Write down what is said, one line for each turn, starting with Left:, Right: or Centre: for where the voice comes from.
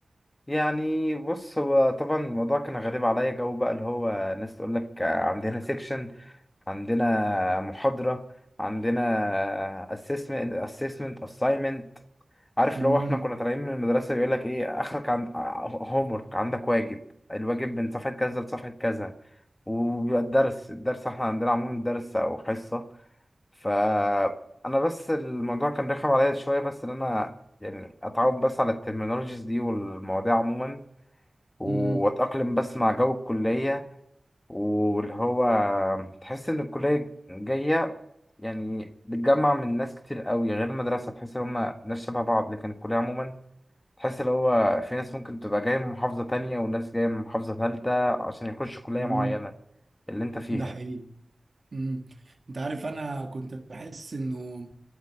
Left: يعني بص هو طبعا الموضوع كان غريب عليا جو بقى اللي هو ناس تقول لك عندنا سيكشن عندنا محاضرة عندنا assessment assessment assignment عارف
Right: امم
Left: لو احنا كنا طالعين من المدرسة بيقول لك ايه اخرك عند homework عندك واجب الواجب من صفحة كذا لصفحة كذا وبيبقى الدرس الدرس احنا عندنا عموما درس او حصة فانا بس الموضوع كان رخم عليا شويه بس ان انا يعني اتعود بس على الترمينولوجيز دي والمواضيع عموما واتاقلم
Right: امم
Left: بس مع جو الكليه واللي هو تحس ان الكليه جايه يعني بتجمع من ناس كتير قوي غير المدرسه تحس ان هم ناس شبه بعض لكن الكليه عموما تحس اللي هو في ناس ممكن تبقى جايه من محافظه تانية وناس جايه من محافظه ثالثه عشان يخشوا كليه
Right: امم
Left: معينه اللي انت فيها
Right: ده حقيقي امم أنت عارف أنا كنت بحس إنه